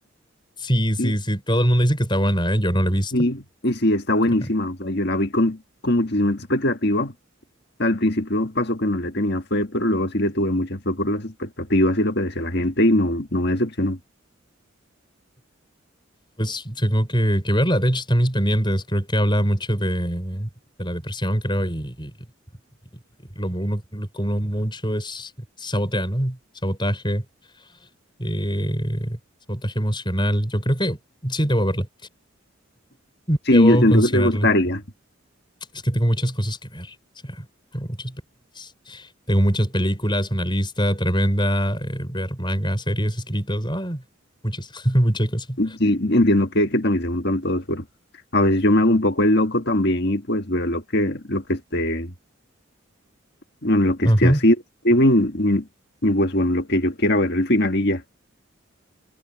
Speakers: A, on the left; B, on the left.
A: Sí, sí,
B: Y,
A: sí, todo el mundo dice que está buena, ¿eh? Yo no la he visto,
B: y, y sí, está buenísima.
A: pero
B: O sea, yo la vi con, con muchísima expectativa Al principio un paso que no le tenía fe, pero luego sí le tuve mucha fe por las expectativas y lo que decía la gente y no, no me decepcionó.
A: pues tengo que, que verla. De hecho, están mis pendientes. Creo que habla mucho de, de la depresión, creo, y, y lo uno, lo que uno mucho es sabotear, ¿no? Sabotaje, eh, sabotaje emocional. Yo creo que sí, debo verla.
B: Sí,
A: Debo
B: yo siento
A: considerarla.
B: que te gustaría.
A: es que tengo muchas cosas que ver. O sea, tengo muchas películas. Tengo muchas películas, una lista tremenda, eh, ver mangas, series, escritas, ah, muchas, <laughs> muchas cosas.
B: Sí, entiendo que, que también se juntan todos, pero a veces yo me hago un poco el loco también y pues veo lo que, lo que esté, bueno, lo que
A: Ajá.
B: esté así, de streaming, y, y pues bueno, lo que yo quiera ver el final y ya.